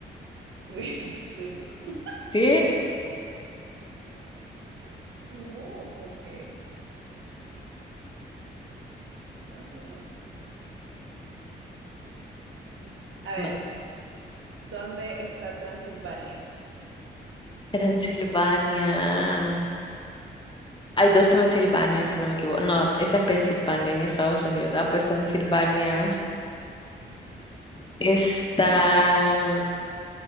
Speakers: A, on the right (about 75°); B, on the left (about 25°).
A: <laughs> uy, en serio.
B: Sí,
A: Uy, uh, ok, nada mal. A ver,
B: Vale.
A: ¿dónde está Transilvania?
B: Transilvania. Hay dos Transilvania, si no me equivoco. No, esa es Pensilvania en Estados Unidos. Ah, pues
A: <laughs>
B: Transilvania está